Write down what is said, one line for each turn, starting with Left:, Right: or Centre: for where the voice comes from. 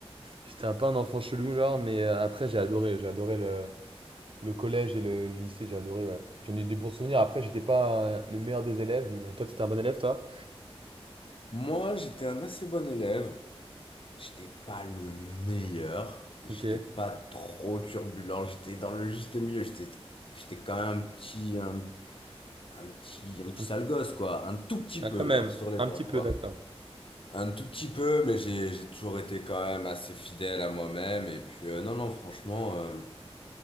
Right: j'étais un peu un enfant chelou, genre. Mais euh, après, j'ai adoré. J'ai adoré le, le collège et le, le lycée. J'ai adoré. Ouais. J'en ai eu des bons souvenirs. Après, j'étais pas euh, le meilleur des élèves, mais toi, t'étais un bon élève, toi.
Left: Moi, j'étais un assez bon élève. J'étais pas le meilleur. J'étais
Right: Ok.
Left: pas trop turbulent. J'étais dans le juste milieu. J'étais, j'étais quand même un petit, un, un petit, un petit
Right: Un-
Left: sale gosse, quoi. Un tout petit
Right: ah,
Left: peu,
Right: quand même,
Left: genre, sur les
Right: un
Left: bords,
Right: petit peu,
Left: quoi.
Right: d'accord.
Left: Un tout petit peu, mais j'ai j'ai toujours été quand même assez fidèle à moi-même. Et puis euh, non, non, franchement, euh,